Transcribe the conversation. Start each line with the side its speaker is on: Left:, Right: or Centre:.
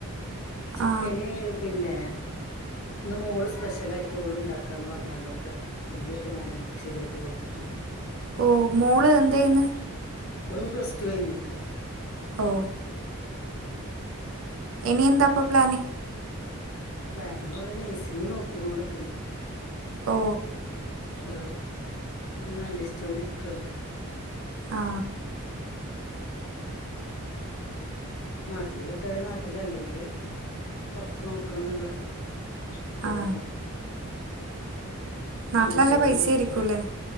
Left: ചിക്കന്
Right: ആ
Left: പിന്നെ ഇന്ന് മോള് സ്പെഷ്യലായിട്ട് ഓള് ഇണ്ടാക്കാന്ന് പറഞാണ്ടെക്കെ ഉള്ളിയൊക്കെ ഞാന് ശരിയാക്കി കൊടുത്ത്ക്ക്ണ്
Right: ഓ മോള് എന്തചെയ്യുന്നെ
Left: ഓളിപ്പോ പ്ലസ്ടു കഴിഞ്ഞിനിക്കുവാ
Right: ഓ ഇനി എന്താപ്പൊ
Left: ഓള്
Right: പ്ലാന്
Left: പ്ലാനോള് നഴ്സിങ്ങ് നോക്കി കൊണ്ടിരിക്ക്ണ്ട്
Right: ഓ
Left: ഓരോന്നിങ്ങനെ അന്വേഷിച്ചോണ്ടിരിക്കാണ്
Right: ആ
Left: നാട്ടില് കിട്ടാണെങ്കിൽ നാട്ടില് അല്ലെങ്കില് പുറത്ത് നോക്കണം എന്നുള്ള ഇതിലാണ്
Right: ആ നാട്ടിലല്ല
Left: നോക്കിയോണ്ട്
Right: പൈസ
Left: നിക്കാണ്
Right: ആയിരിക്കൂല്ലെ